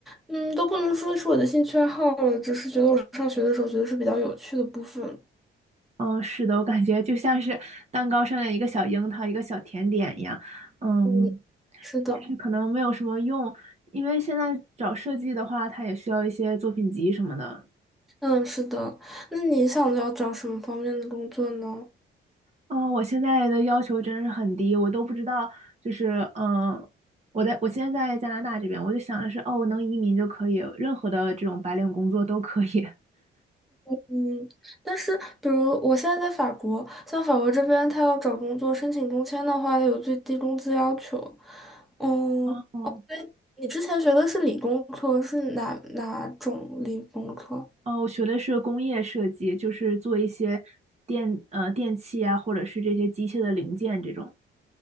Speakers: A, in the centre; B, on the right (about 35°).
A: 嗯，都不能说是我的兴趣爱好了，只是觉得我上学的时候觉得是比较有趣的部分。
B: 嗯、是的，我感觉就像是蛋糕上的一个小樱桃，一个小甜点一样。嗯，
A: 嗯，是的，
B: 但是可能没有什么用，因为现在找设计的话，它也需要一些作品集什么的。
A: 嗯，是的。那你想要找什么方面的工作呢？
B: 嗯，呃我现在的要求真的是很低，我都不知道，就是嗯，我在我现在在加拿大这边，我就想的是，哦，能移民就可以，任何的这种白领工作都可以。
A: 嗯，但是比如我现在在法国，像法国这边，他要找工作申请工签的话，有最低工资要求。嗯。
B: <laughs> 哦，
A: 你之前学的是理工科，是哪哪种理工科？
B: 哦，我学的是工业设计，就是做一些电呃电器啊，或者是这些机械的零件这种。